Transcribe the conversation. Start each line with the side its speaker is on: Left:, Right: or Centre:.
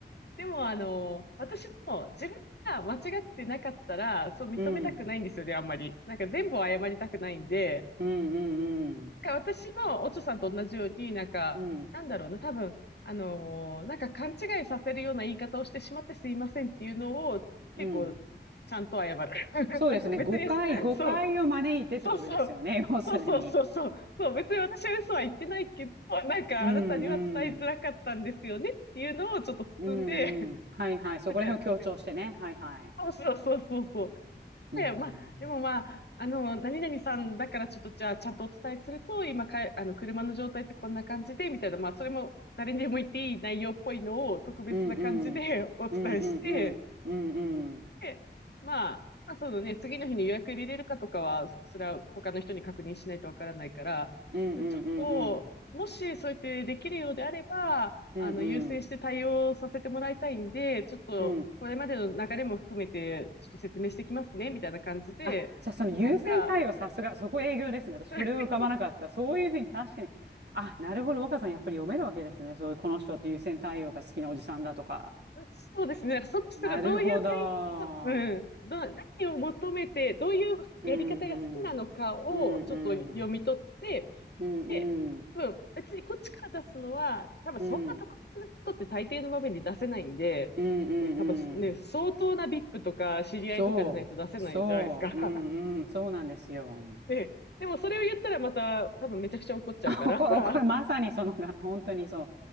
Left: でもあの、私も自分が間違ってなかったら、そう認めたくないんですよね、
Right: うん、
Left: あんまり。なんか全部を謝りたくないんで、
Right: うんうんうん。
Left: なんか私もおちょさんと同じように、なんか、
Right: うん、
Left: なんだろうな、多分、あのーなんか勘違いさせるような言い方をしてしまってすいませんっていうのを結構ちゃんと謝る。
Right: うん。
Left: <laughs>
Right: そうですね。
Left: なんか別に、
Right: 誤解、誤解を招いてってことですよね。
Left: そう、そうそう。
Right: <laughs> 要するに。
Left: そうそうそうそう。そう、別に私は嘘は言ってないけど、なんかあなたには伝えづらかったんですよねっていうのをちょっと包んで、
Right: うんうん。うんうん。はいはい。
Left: <laughs>
Right: そこら辺を強調してね。
Left: なんか、ね、
Right: はいはい。
Left: そうそうそうそうそう。
Right: うん。
Left: で、まあ、でもまあ、あの、何々さんだからちょっとじゃあちゃんとお伝えすると、今か、あの、車の状態ってこんな感じで、みたいな、まあ、それも誰にでも言っていい内容っぽいのを特別な感じで
Right: うんうん。
Left: <laughs> お伝えして、
Right: うんうんうん。うんうん。
Left: で、まあ、まあ、そのね、次の日に予約入れれるかとかは、それは他の人に確認しないとわからないから、
Right: うんうんうんうん。
Left: じゃあちょっと、もしそうやってできるようであれば、
Right: うんうん。
Left: あの、優先して対応させてもらいたいんで、ちょっと、
Right: うん
Left: これまでの流れも含めて、ちょっと説明してきますね、みたいな感じで、
Right: あ、じゃあその優先対応さすが、
Left: なんか、
Right: そこ営業ですね。私それを浮かばなかった。
Left: <laughs>
Right: そういうふうに確かに、あ、なるほど、若さんやっぱり読めるわけですね。そういうこの人って優先対応が好きなおじさんだとか。
Left: そうですね、その人がどういう対
Right: なるほど。
Left: うん、ど、何を求めて、どういうやり方が好きなのかをちょっと読み取って、
Right: うん、うん。うん、うん。うん、
Left: で、
Right: うん。
Left: 多分、別にこっちから出すのは、多分そんな特別なことって大抵の場面で出せないんで、
Right: うん、うん、うん。
Left: ね、多分そね、
Right: うん
Left: 相当な VIP とか知り合いとかじゃないと出せないじゃないですか。
Right: そう、そう、うん、うん、そうなんですよ。
Left: <laughs> で、でもそれを言ったらまた多分めちゃくちゃ怒っちゃうから。
Right: <laughs> そう、これ、
Left: <laughs>
Right: これまさにそのが、本当にそう。